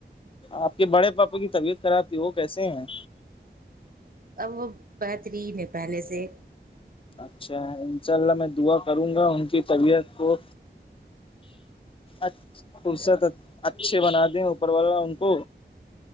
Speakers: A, on the left (about 30°); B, on the right (about 50°).
A: آپ کے بڑے پاپوں کی طبیعت خراب تھی وہ کیسے ہیں
B: اب وہ بہترین ہے پہلے سے
A: اچھا انشاء اللہ میں دعا کروں گا ان کی طبیعت کو اچ فرصت اچھے بنا دیں اوپر والا ان کو